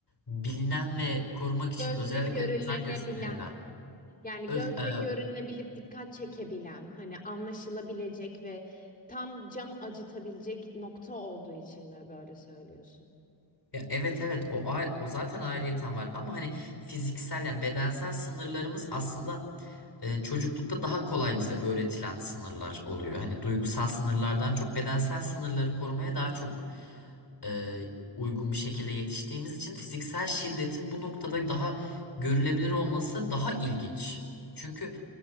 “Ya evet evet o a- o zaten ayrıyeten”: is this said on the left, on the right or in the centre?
Left